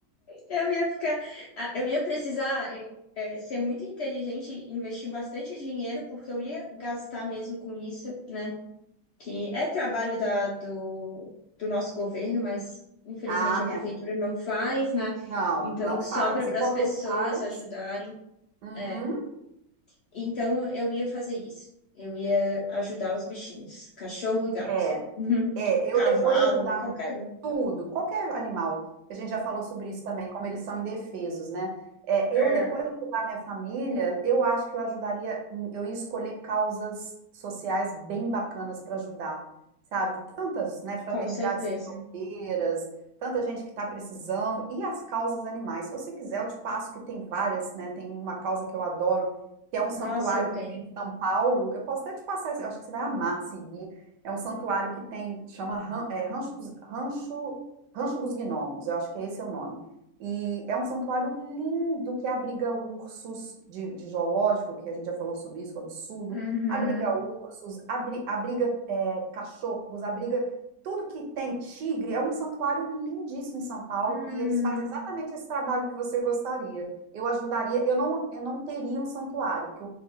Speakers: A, on the left; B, on the right.
A: Eu ia ficar, ah, eu ia precisar eh, eh, ser muito inteligente, e investir bastante dinheiro, porque eu ia gastar mesmo com isso, né? Que é trabalho da, do, do nosso governo, mas infelizmente
B: Ah,
A: a
B: minha.
A: prefeitura não faz, né?
B: Não,
A: Então
B: não
A: sobra
B: faz.
A: para
B: E quando
A: as pessoas
B: faz,
A: ajudarem.
B: Uhum.
A: É. Então eu ia fazer isso. Eu ia ajudar os bichinhos, cachorro, gato,
B: é,
A: <laughs>
B: é,
A: cavalo,
B: eu depois de ajudar
A: qualquer um.
B: Tudo, qualquer animal, que a gente já falou sobre isso também, como eles são indefesos, né? É,
A: É,
B: eu, depois de ajudar minha família, eu acho que eu ajudaria, eu ia escolher causas sociais bem bacanas para ajudar, sabe? Tantas, né? Fraternidades
A: com certeza.
B: sem fronteiras, tanta gente que está precisando, e as causas animais. Se você quiser, eu te passo que tem várias, né? Tem uma causa que eu adoro, que é um santuário
A: Nossa, eu tenho.
B: que tem em São Paulo. Eu posso até te passar, isso, eu acho que você vai amar seguir. É um santuário que tem, chama Ran- é, Rancho, dos- Rancho, Rancho dos Gnomos, eu acho que esse é o nome. E é um santuário lindo que abriga ursos de, de zoológico, que a gente já falou sobre isso, o absurdo.
A: Uhum.
B: Abriga ursos, abri- abriga é, cachorros, abriga tudo que tem tigre. É um santuário lindíssimo em São Paulo
A: Hum,
B: e eles fazem exatamente esse trabalho que você gostaria. Eu ajudaria, eu não, eu não teria um santuário, porque